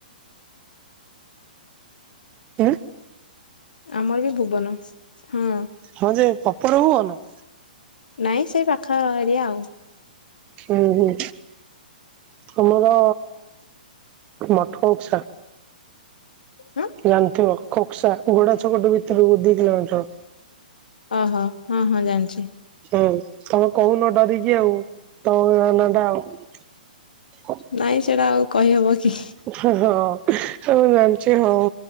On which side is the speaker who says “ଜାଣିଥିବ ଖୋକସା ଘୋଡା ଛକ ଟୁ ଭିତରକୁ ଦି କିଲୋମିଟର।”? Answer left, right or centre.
Right